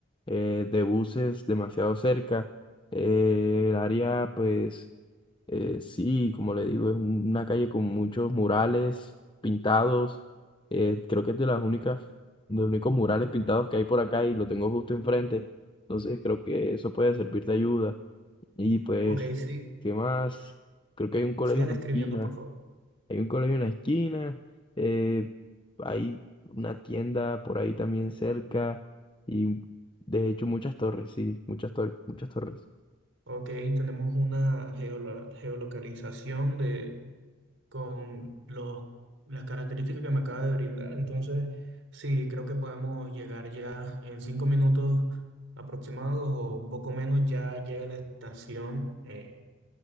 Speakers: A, on the left (about 25°); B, on the right (about 75°).
A: eh, de buses demasiado cerca. Eh, el área, pues eh, sí, como le digo, es un- una calle con muchos murales pintados. Eh, creo que es de las únicas, de los únicos murales pintados que hay por acá y lo tengo justo enfrente. Entonces creo que eso puede servir de ayuda. Y pues,
B: Ok, sí,
A: ¿qué más? Creo que hay un colegio
B: siga
A: en
B: describiendo,
A: la esquina.
B: por favor.
A: Hay un colegio en la esquina, eh, hay una tienda por ahí también cerca y de hecho muchas torres, sí, muchas torres, muchas torres.
B: Ok, tenemos una geolo- geolocalización de con los, las características que me acaba de brindar. Entonces, sí, creo que podemos llegar ya en cinco minutos aproximados o un poco menos. Ya llega la estación eh,